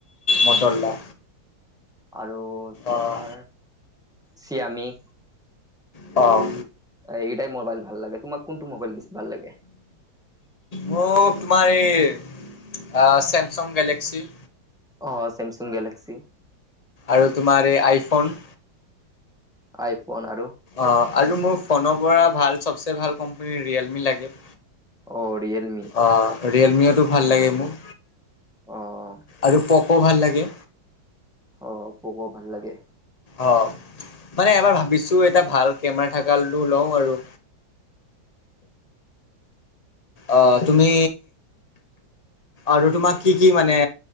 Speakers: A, on the left; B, in the centre.
A: মটৰলা
B: আৰু তোমাৰ
A: অ'
B: চিয়ামি
A: অহ।
B: এইকেটাই মোবাইল ভাল লাগে। তোমাৰ কোনটো মোবাইল বেছি ভাল লাগে?
A: মোক তোমাৰ এই ছেমছাং গেলেক্সি।
B: অ ছেমছাং গেলেক্সি।
A: আৰু তোমাৰ এই আইফোন।
B: আইফোন আৰু
A: অ আৰু মোৰ ফোনৰ পৰা ভাল চবচে ভাল কোম্পানী ৰিয়েলমি লাগে।
B: অ', ৰিয়েলমি
A: অঁ ৰিয়েলমিটো
B: অ',
A: ভাল লাগে মোৰ।
B: অ',
A: আৰু পক' ভাল লাগে।
B: অ পক' ভাল লাগে।
A: অ মানে এবাৰ ভাবিছোঁ এটা ভাল কেমেৰা থাকা লৈ লওঁ আৰু। অ তুমি আৰু তোমাক কি কি মানে